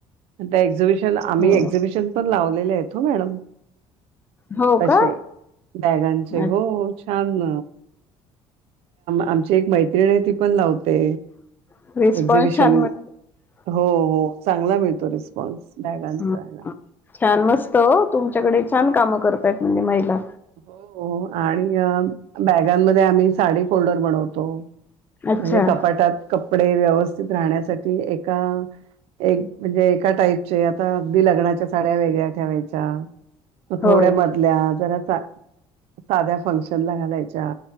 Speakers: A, on the right; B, on the left.
A: त्या एक्झिबिशन, आम्ही
B: हो
A: एक्झिबिशन पण लावले हेत, हो मॅडम.
B: हो
A: तशे
B: का
A: बॅगांचे.
B: अच्छा
A: हो, छान! आमची एक मैत्रीण हे ती पण लावते
B: <unintelligible>
A: एक्झिबिशन हो, हो. चांगला मिळतो रिस्पॉन्स. बॅगांचा
B: हं.
A: हॅला
B: छान! मस्त हो! तुमच्याकडे छान कामं करताय, म्हणजे महिला.
A: हो हो, आणि बॅगांमध्ये आम्ही साडी फोल्डर बनवतो -
B: अच्छा
A: म्हणजे कपाटात कपडे वेवस्तित राहण्यासाठी एका म्हणजे आत्ता ए एका ताईचे अगदी लग्न च्या साड्या वेगळा ठेवायच्या मग थोडे
B: होय
A: मधल्या सा साध्या फंक्शन ला घालायच्या.